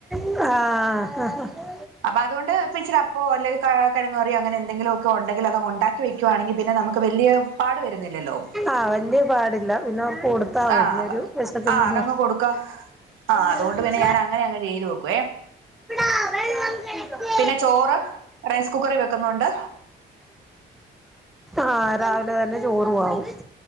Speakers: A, in the centre; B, on the right (about 85°).
A: ആഹ് ഹാ ഹാ
B: അപ്പൊ അതുകൊണ്ട്ന്നെച്ചില അപ്പോ അല്ല കിങ്ങറിയ അങ്ങനെ എന്തെങ്കിലും ഉണ്ടെങ്കിൽ അത് ഉണ്ടാക്കി വെക്കുവാണെങ്കിൽ പിന്നെ നമുക്ക് വലിയ പാട് വരുന്നില്ലല്ലോ
A: ആഹ് വല്യ പാടില്ല പിന്നെ അവർക്ക് കൊടുത്താൽ
B: ആഹ്
A: മതി ഒരു വിശത്തൊന്നും
B: ആഹ് അതങ്ങ് കൊടുക്ക ആഹ് അതുകൊണ്ട്
A: ന
B: പിന്നെ ഞാൻ അങ്ങനെ അങ്ങ് ചെയ്തു വെക്കുവേ
A: ഇ അവ ന <unintelligible>
B: പിന്നെ ചോറ് റൈസ് കുക്കറി വെക്കുന്നുണ്ട്
A: ആഹ് രാവിലെ തന്നെ ചോറ ആവും